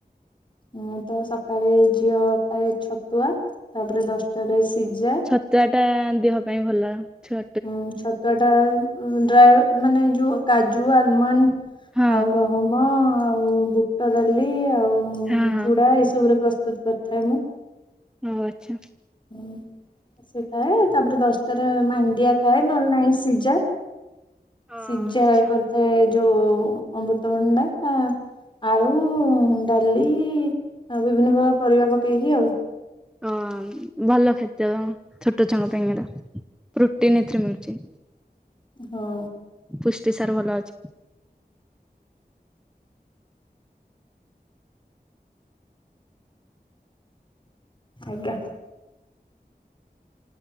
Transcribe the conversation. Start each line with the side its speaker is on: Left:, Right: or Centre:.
Left: ହୁଁ ତ ସକାଳେ ଝିଅ ଖାଏ ଛତୁଆ ତାପରେ ଦଶଟାରେ ସିଜା
Centre: ଛତୁଆ ଟା ଦେହ ପାଇଁ ଭଲ ଛୁଆ
Left: ହୁଁ ଛତ ଟା ଡ୍ରା ମାନେ ଯୋଉ କାଜୁ ଆଲମଣ୍ଡ
Centre: ହଁ
Left: ଆଉ କହଁ ମ ଆଉ ବୁଟ ଡାଲି ଆଉ
Centre: ହଁ ହଁ
Left: ଚୁଡ଼ା ଏସବୁରେ ପ୍ରସ୍ତୁତ କରିଥାଏ ମୁଁ।
Centre: ଓ ଆଚ୍ଛା।
Left: ହୁଁ। ସେ ଖାଏ ତାପରେ ଦଶଟାରେ ମାଣ୍ଡିଆ ଖାଏ ନହେଲେ ନାଇଁ ସିଯା।
Centre: ହଁ
Left: ସିଜା
Centre: ଆଚ୍ଛା।
Left: କରିଥାଏ ଯୋଉ ଅମୃତଭଣ୍ଡା ତା ଆଳୁ? ଡାଲି ଆଉ ବିଭିନ୍ନ ପ୍ରକାର ପରିବା ପକେଇକି ଆଉ।
Centre: ହ ଭଲ ଖାଦ୍ୟ ଛୋଟ ଛଆଙ୍କ ପାଇଁ ଏଟା। ପ୍ରୁଟିନ ଏଥିରେ ମିଳୁଚି।
Left: ହଁ।
Centre: ପୁଷ୍ଟି ସାରଭଲ ଅଛି।
Left: ଆଜ୍ଞା।